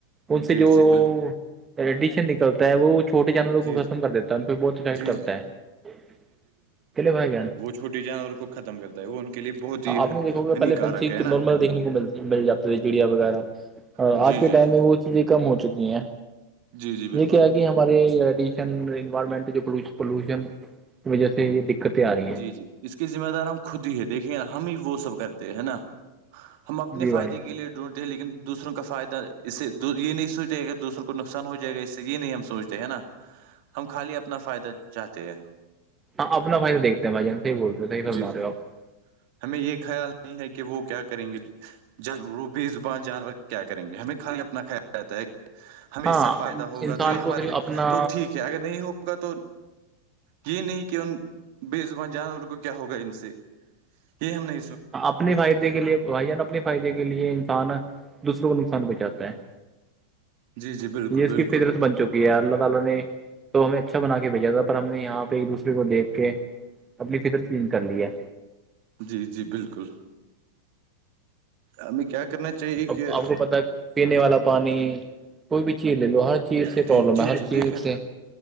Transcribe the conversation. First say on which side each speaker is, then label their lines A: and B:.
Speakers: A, on the right; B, on the right.
A: ان سے
B: جی
A: جو
B: جی بال
A: رڈیشن نکلتا ہے وہ چھوٹیے جانوروں کو
B: جی جی
A: ختم کر دیتا ہے پھر بہت افیکٹ
B: جی
A: کرتا
B: جی
A: ہے چلے بھائی گہن
B: چھوٹی جانور کو ختم کرتا ہے وہ ان کے لیے بہت ہی
A: ہاں
B: ہانیکارک
A: آپ نے دیکھو گے پہلےنچھی
B: ہے نا
A: نارمل دیکھنے کو مل مل جاتے تھے چڑیا وغیرہ اور
B: جی
A: آج کے
B: جی
A: ٹائم
B: جی
A: میں وہ چیزیں کم ہو چکی ہیں
B: جی جی بالکل
A: یہ کیا کہ ہم ہمارڈیشن انوائرمنٹ پوشن کی وجہ سے دقتیں آ رہی ہیں
B: جی جی اس کی ذمہ دار ہم خود ہی ہے دیکھے ہم ہی وہ سب کرتے ہے نا ہم اپنے
A: جی
B: فائدے
A: بھائی جان
B: کے لیے ڈھونڈتے لن دوسروں کا فائدہ اس سے یہ نہیں سوچتے اگر دوسروں کو نقصان ہو جائے گا اس سے یہ نہیں ہم سوچتے ہے نا ہم خالی اپنا فائدہ چاہتے ہیں
A: ہاں اپنا بائین دیکتے ہیں بائیان سے ہی بولتے ہیں، صحیح فرما
B: جی جی
A: رہے ہو آپ
B: ہمیں یہ خیال ہے کہ وہ کیا کریں گے جانور بیزبان جانور کیا کریں گے ہمیں کالی اپنا کھ کہتا ہے ہمیں
A: ہاں
B: اس سے کا فائدہ ہوگا
A: انسان
B: تو یہ ہمارے
A: کو صرف
B: لیے
A: اپنا
B: تو ٹھیک ہے اگر نہیں ہوگا تو یہ نہیں کہ ان بے زبان جانور کو کیا ہوگا ان سے یہ ہم نے
A: اپنے فائدے کے لیے بھائی جان اپنے فائدے کے لیے انسان دوسروں کو نقصان پہنچاتا ہے
B: جی جی بالکل
A: یہ
B: بالکل
A: اس کی فطرت بن چکی ہے کیا اللہ تعالی نے تو ہمیں اچھا بنا کے بھیجا تھا پر ہم نے یہاں پہ ایک دوسرے کو دیکھ کے اپنی فکر چینج کر لی ہے
B: جی جی بالکل ہم کیا کرنا چاہیے
A: اب
B: کہ
A: آپ کو پتا پینے والا پانی کوئی بھی چیز لے لو ہر چیز سے پرابلم
B: جی جی
A: ہے ہر
B: جی
A: چیز
B: دیکھیے
A: سے